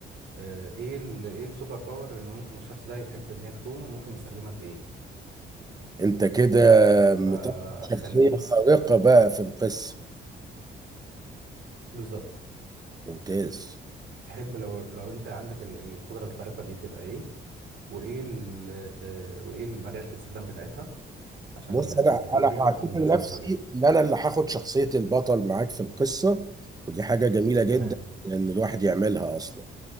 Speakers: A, on the right; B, on the right.
A: آه، ايه ال- ايه السوبر باور اللي ممكن الشخص ده يحب ان هي تكون وممكن يستخدمها في ايه
B: انت كده مطلع
A: فخليني
B: شخصية خارقة بقى في القصة
A: بالظبط
B: ممتاز
A: تحب لو لو انت عندك ال- القدرة الخارقة دي تبقى ايه وايه ال- آه، وايه المجالات الاستخدام بتاعتها عشان
B: بص انا
A: تستفيد
B: انا
A: بيها
B: هعتبر
A: وتفيد الناس
B: نفسي
A: اللي حواليك
B: ان انا اللي هاخد شخصية البطل معاك في القصة ودي حاجة جميلة جدا
A: تمام
B: ان الواحد يعملها اصلا